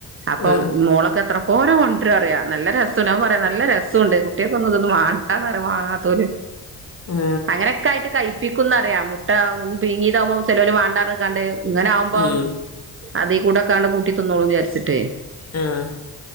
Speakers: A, on the right; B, on the left.
A: അപ്പൊ
B: ആ
A: മോളൊക്കെ എത്ര <unintelligible> കൊണ്ടരാറിയാ നല്ല രസ്സുണ്ട് പറിയാ നല്ല രസ്സുണ്ട് കുട്ട്യക്കൊന്ന് ഇതൊന്നന്ന് വാണ്ടാന്നറിയാ വാങ്ങാത്തോല്
B: ആ
A: അങ്ങനെക്കായിട്ട് കഴിപ്പിക്കുന്നറിയാ മുട്ട പിങ്ങീതാവുമ്പം ചെലോല് വണ്ടാർഞ്ഞ്ക്കാണ്ട് ഇങ്ങനെ ആവുമ്പോ
B: ഉം,
A: അതീക്കൂടെക്കാണ്ട് കൂട്ടി തിന്നോളും വിചാര്ച്ചിട്ടെ
B: ആഹ്